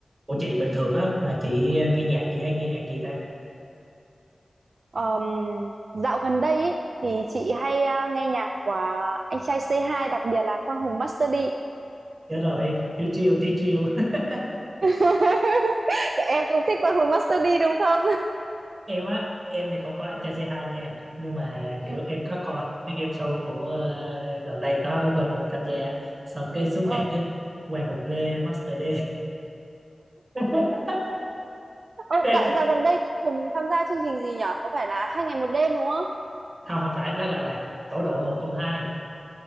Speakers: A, on the right; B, on the right.
A: Ủa chị bình thường á mà chị ờ, nghe nhạc chị hay nghe nhạc gì ta?
B: Ờm, dạo gần đây ý, thì chị hay à, nghe nhạc của anh trai c hai đặc biệt là Quang Hùng Master D.
A: Chết rồi, <laughs> tí chiêu tí chiêu. <laughs>
B: <laughs> Em cũng thích Quang Hùng Master D đúng không?
A: Em á, em thì không có anh trai c hai nha, nhưng mà kiểu
B: Ừ.
A: em có coi một cái game show của ờ, gần đây có Quang Hùng tham gia, xong cái suốt
B: Ờ,
A: ngày cứ Quang Hùng Lê Master D. <laughs>
B: Ờ,
A: Thế-
B: dạo, dạo gần đây Quang Hùng tham gia chương trình gì nhở? Có phải là hai ngày một đêm đúng không?
A: Không không phải nó gọi là tổ độ một không hai,